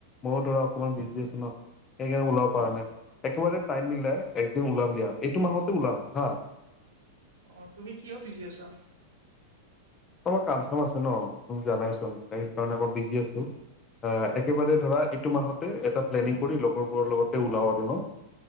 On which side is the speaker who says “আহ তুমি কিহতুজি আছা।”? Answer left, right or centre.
Right